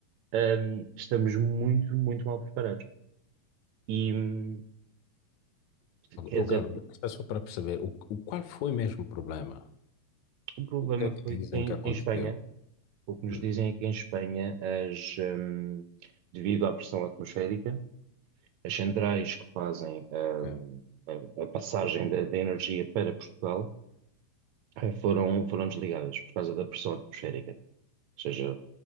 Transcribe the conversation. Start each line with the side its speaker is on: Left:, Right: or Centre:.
Right: hum, estamos muito, muito mal preparados. E, hum, quer
Left: Agora,
Right: dizer,
Left: só só para perceber, o, o- qual foi mesmo o problema?
Right: o problema
Left: O que é que
Right: foi
Left: dizem
Right: que em,
Left: que aconteceu?
Right: em Espanha, o que nos
Left: Hum,
Right: dizem é que em Espanha, as, hum, devido à pressão atmosférica, as centrais que fazem, hum,
Left: ok.
Right: a, a passagem da da energia para Portugal, eh, foram, foram desligadas por causa da pressão atmosférica. seja,